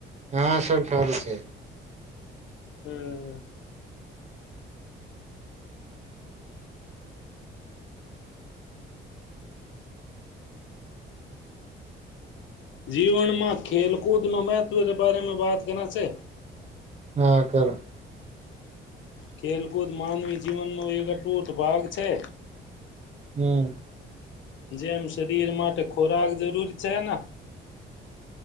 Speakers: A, on the right; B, on the left.
A: હા સર સારું છે
B: હમ્મ. જીવનમાં ખેલકૂદ નો મહત્વ કે બારેમે બાત કરના છે.
A: હા કરો
B: ખેલકૂદ માનવી જીવનનો એક અટૂટ ભાગ છે.
A: હમ
B: જેમ શરીર માટે ખોરાક જરૂર છે ના